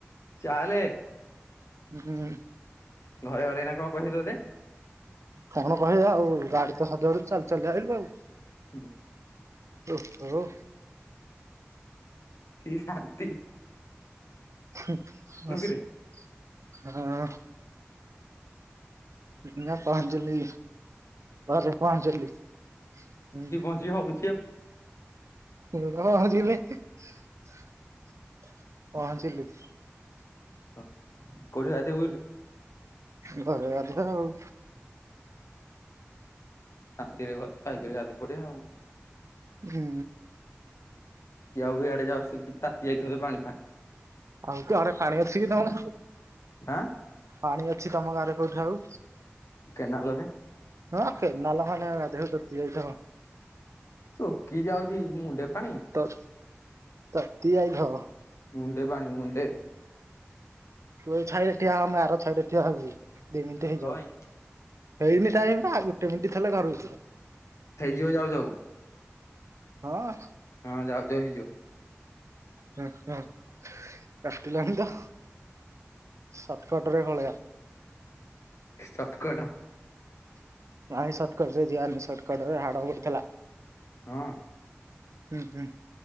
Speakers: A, on the left (about 75°); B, on the right (about 85°).
A: ଚାଲେ।
B: ହୁଁ।
A: ଘରେ ଗଲେ ଏଇନା କଣ କହିବେ ତତେ?
B: କଣ କହିବେ ଆଉ ଗାଡି ତ ସଜାଡି ଚାଲି ଚାଲି ଆଇଲୁ ଆଉ।
A: ହୁଁ ହୁଁ।
B: ଓହୋ।
A: କି ଶାନ୍ତି!
B: ହଁ।
A: ନୁହୁଁକିରେ
B: ନା ପାଞ୍ଚଲି ବା ପଞ୍ଚିଲି ହଁ।
A: ଜି ହୋଉଛି ଆଉ।
B: <unintelligible> ପହଞ୍ଚିଲି।
A: ହଁ କୋଉଠି ବାଦୁ
B: ଘରେ ଗାଧେଇବା ଆଉ।
A: ହଁ <unintelligible> ପଡିଵା ଆଉ।
B: ହୁଁ।
A: କି ଆଉ ଇଆଡେ ଯାଉ ତାତି ଯାଇଥିବ ପାଣି ଫାଣି।
B: ଆଉ ତଣେ ପାଣି ଅଛି କି ତମର?
A: ଆଁ।
B: ପାଣି ଅଛି ତମ ଗାଁରେ କୋଉଠି ଆଉ?
A: କେନାଲରେ।
B: ହଁ କେନାଲ ପାଣିରେ ଗାଧେଇବ ଶୁଖିଯାଇଥିବ।
A: ଚକି ଯାଉଛି ମୁଣ୍ଡେ ପାଣି
B: ତ ତତି ଆଇନ
A: ମୁଣ୍ଡେ ପାଣି ମୁଣ୍ଡେ
B: ତୁ ଏଇ ଛାଇରେ ଠିଆ ଆମେ ଆର ଛାଇରେ ଠିଆ ହି ଦି ମିନିଟ
A: କଣ
B: ହେଇଯାଉ।
A: ପାଇଁ
B: ହେଇନି ଟାଇମ ବା ଗୋଟେ ମିନିଟ ହେଲେ ଘରକୁ ଯିବା।
A: ହେଇଯିବ ଯାଉ ଯାଉ
B: ହଁ।
A: ହଁ ଯାଉ ଯାଉ ହେଇଯିବ।
B: ହଁ ହଁ କାଟିଲାଣି ତ ସଟକଟରେ ପଳେଇବା।
A: ଶଟକୋଟ
B: ନାଇଁ ସର୍ଟକଟ ରେ ଯିବାନି ସର୍ଟକଟ ରେ ହାଡ଼ ପଡିଥିଲା।
A: ହଁ।
B: ହୁଁ ହୁଁ।